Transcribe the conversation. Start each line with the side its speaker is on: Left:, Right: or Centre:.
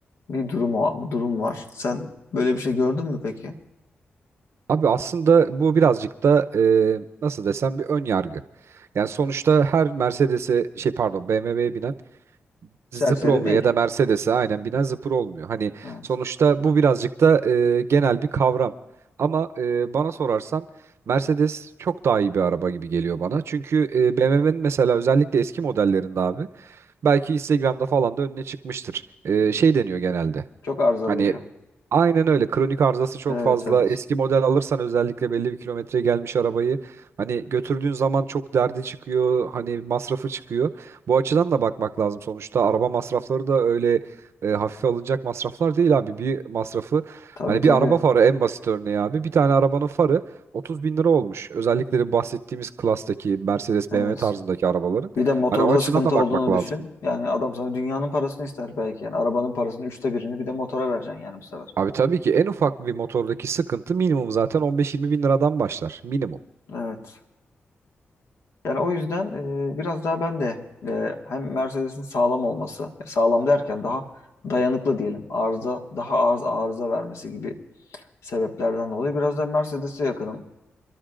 Left: bir durum, o- durum var. Sen böyle bir şey gördün mü peki?
Right: Abi aslında bu birazcık da e, nasıl desem bir ön yargı. Yani sonuçta her Mercedes'e şey pardon BMW'ye binen zıpır
Left: Serseri
Right: olmuyor
Left: değil.
Right: ya da Mercedes'e aynen binen zıpır olmuyor. Hani
Left: Evet.
Right: sonuçta bu birazcık da e, genel bir kavram. Ama e, bana sorarsan Mercedes çok daha iyi bir araba gibi geliyor bana. Çünkü BMW'nin mesela özellikle eski modellerinde abi belki Instagram'da falan da önüne çıkmıştır. E, şey deniyor genelde.
Left: Çok arıza
Right: Hani
Left: veriyor.
Right: Aynen öyle. Kronik arızası çok
Left: Evet
Right: fazla.
Left: evet.
Right: Eski model alırsan özellikle belli bir kilometreye gelmiş arabayı hani götürdüğün zaman çok derdi çıkıyor. Hani masrafı çıkıyor. Bu açıdan da bakmak lazım sonuçta. Araba masrafları da öyle e, hafife alınacak masraflar değil abi. Bir masrafı
Left: Tabii
Right: hani
Left: tabii.
Right: bir araba farı en basit örneği abi. Bir tane arabanın farı 30 bin lira olmuş. Özellikle de bahsettiğimiz klastaki Mercedes BMW
Left: Evet.
Right: tarzındaki arabaların.
Left: Bir de motorda
Right: Hani o açıdan
Left: sıkıntı
Right: da
Left: olduğunu
Right: bakmak lazım.
Left: düşün. Yani adam sana dünyanın parasını ister belki. Yani arabanın parasının üçte birini bir de motora vereceksin yani bu sefer.
Right: Abi tabii ki en ufak bir motordaki sıkıntı minimum zaten 15-20 bin liradan başlar. Minimum.
Left: Evet. Yani o yüzden e, biraz daha ben de e, hem Mercedes'in sağlam olması, e, sağlam derken daha dayanıklı diyelim, arıza daha az arıza vermesi gibi sebeplerden dolayı biraz da Mercedes'e yakınım.